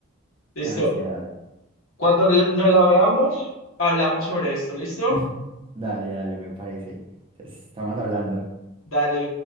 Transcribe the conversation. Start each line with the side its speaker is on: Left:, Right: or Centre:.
Left: Listo.
Right: qué ansiedad.
Left: Cuando l- nos la veamos, hablamos sobre esto. ¿Listo?
Right: <laughs> Dale, dale, me parece. Entonces, estamos hablando.
Left: Dale.